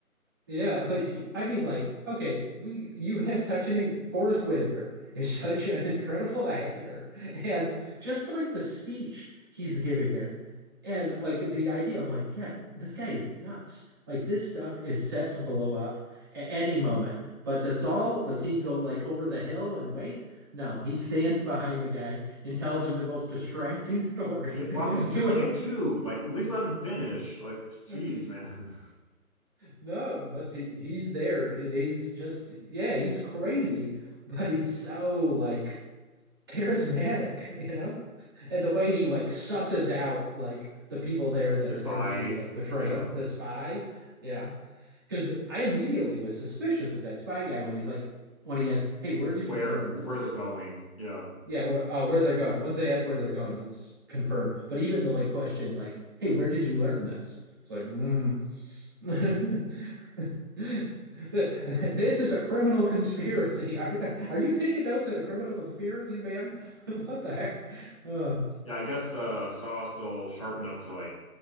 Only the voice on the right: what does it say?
Yeah, but he- I mean, like, okay, we you have such an in- Forrest Whitaker is <laughs> such an incredible actor, and just like the speech he's giving there, and like the idea of like, yeah, this guy is nuts. Like this stuff is set to blow up at any moment. But does Saul, does he go like over the hill and wait? No, he stands behind the guy and tells him the most distracting story.
<laughs>
You
ever- <laughs>
No, but he, he's there. It is just, yeah, he's crazy, but he's so like charismatic, <laughs> you know? And the way he like susses out like the people there
that
are
there to like betray
him, the spy. Yeah. Because I immediately was suspicious of that spy guy when he's like, when he asked, Hey, where did
you learn
this?
Yeah, wh uh, where they're going. Once they asked where they're going, it was confirmed. But even the like question, like, Hey, where did you learn this? It's like, mm. <laughs> The- This is a criminal conspiracy. <laughs> Are, are you taking notes at a criminal conspiracy, man? <laughs> What the heck? Uh,